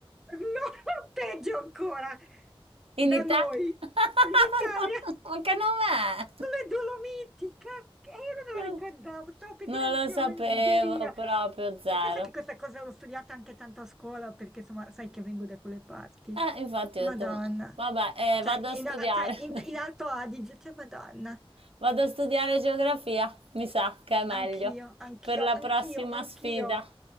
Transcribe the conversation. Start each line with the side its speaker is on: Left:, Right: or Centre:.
Centre: No, <laughs> peggio ancora,
Right: In
Centre: da
Right: Italia.
Centre: noi,
Right: <laughs>
Centre: in Italia,
Right: No,
Centre: <laughs>
Right: Ma che nome è?
Centre: le Dolomiti, cacchio, eh, io non me
Right: Non,
Centre: lo ricordavo, stavo per
Right: non
Centre: dire anch'io
Right: lo sapevo
Centre: in Ungheria.
Right: proprio zero.
Centre: E penso che questa cosa l'ho studiata anche tanto a scuola, perché insomma, sai che vengo da quelle parti.
Right: Eh, infatti
Centre: Madonna,
Right: ho detto, ma- vabbè, eh,
Centre: cioè,
Right: vado a studiare.
Centre: in, a- cioè,
Right: <laughs>
Centre: in- in Alto Adige, cioè, Madonna,
Right: Vado a studiare geografia, mi sa che è meglio
Centre: anch'io, anch'io,
Right: per la prossima
Centre: anch'io, anch'io.
Right: sfida.